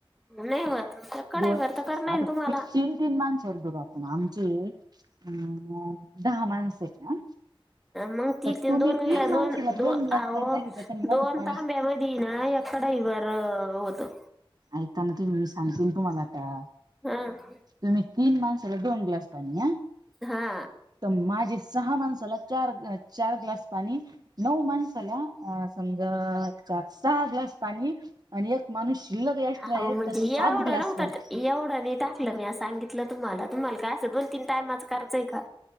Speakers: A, in the centre; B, on the right.
A: नई होत तर कडई
B: दोन
A: भर करणार
B: आता
A: हाय तुम्हाला.
B: तीन तीन माणस धरू आपण आमची अ दहा माणस आहेत हा.
A: मग ती
B: तर
A: तीन
B: तुम्ही
A: दोन
B: माणसाला
A: दोन दो
B: ग्लास
A: अहो
B: पाणी टाकी त्यात नऊ
A: दोन तांब्या तिना एक कडईवर होत.
B: ऐका ना तुम्ही मी सांगते तूम्हाला आता.
A: हा.
B: आणि तीन माणसाला दोन ग्लास पाणी <unintelligible>
A: हा.
B: तर माझी सहा माणसाला चार ग्लास, चार ग्लास पाणी. नऊ माणसाला आ समजा सहा सहा ग्लास पाणी आणि एक माणूस शिल्लक एक्स्ट्रा
A: अहो
B: आहे
A: म्हणजे
B: तर सात
A: एवढं
B: ग्लास
A: नव्हत
B: पाणी
A: कधी एवढं नाही टाकलं म्या सांगितलं तुम्हाला, तुम्हाला काय असं दोन तीन टाईमाच करायचं आहे का?